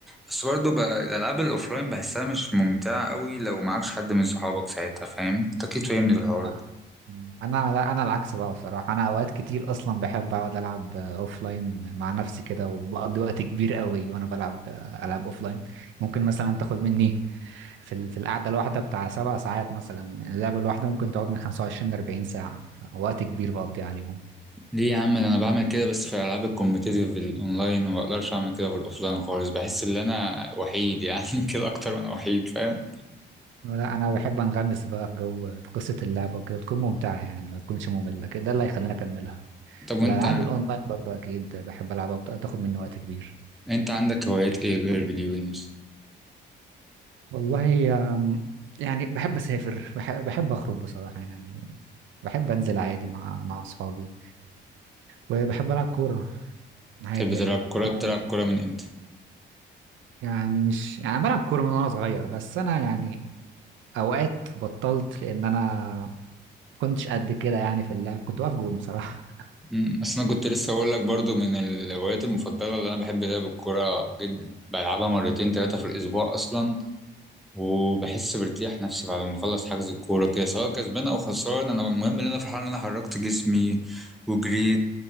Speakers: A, in the centre; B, on the right.
A: بس برضه بقى الالعاب الاوفلاين بحسها مش ممتعه قوي لو معكش حد من صحابك ساعتها فاهم أنت اكيد فاهمني في الحوار
B: لا.
A: ده
B: انا لا انا العكس بقى بصراحة انا اوقات كتير اصلا بحب اقعد العب اوف لاين مع نفسي كده وبقضي وقت كبير قوي وانا بلعب العب اوف لاين ممكن مثلا تاخد مني في ال- في القعدة الواحدة بتاع سبع ساعات مثلا اللعبة الواحدة ممكن تقعد من 25 ل 40 ساعة وقت كبير بقضي عليهم
A: ليه يا عم ده انا بعمل كده بس في الالعاب الكومبتيتيف الاونلاين وما بقدرش اعمل كده في الاوفلاين خالص بحس ان انا وحيد يعني <laughs> كده اكتر من وحيد فاهم
B: لا انا بحب انغمس بقى في جو في قصة اللعبة وكده وتكون ممتعة يعني ما تكونش مملة كده ده اللي هيخليني اكملها
A: طب وانت
B: والألعاب الأونلاين برضو أكيد بحب ألعبها وبت- تاخد مني وقت كبير
A: انت عندك هوايات ايه غير الفيديو جيمز
B: والله هي أم، يعني بحب أسافر بحب, بحب أخرج بصراحة يعني بحب أنزل عادي مع مع أصحابي وبحب ألعب كورة عادي
A: تحب تلعب
B: يعني
A: كوره
B: يعني
A: بتلعب كوره من امتى
B: يعني مش يعني بلعب كورة من وأنا صغير بس أنا يعني أوقات بطلت لأن أنا كنتش قد كده يعني في اللعب كنت واقف جون بصراحة
A: امم اصل انا كنت لسه اقول لك برضو من الهوايات المفضله اللي انا بحب لعب الكوره جدا بلعبها مرتين ثلاثه في الاسبوع اصلا وبحس بارتياح نفسي بعد ما اخلص حجز الكوره كده سواء كسبان او خسران انا المهم ان انا فرحان ان انا حركت جسمي وجريت